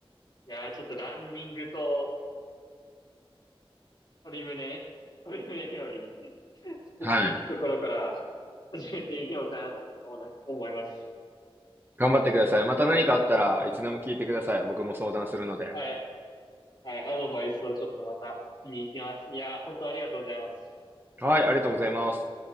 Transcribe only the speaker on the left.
いやー、ちょっとランニングと鶏胸、鶏胸料理作っていくところから始めてみようかなって、
お、なんか思います。
はい。はい。アドバイスをちょっとまた気に入ってます。いや、本当ありがとうございます。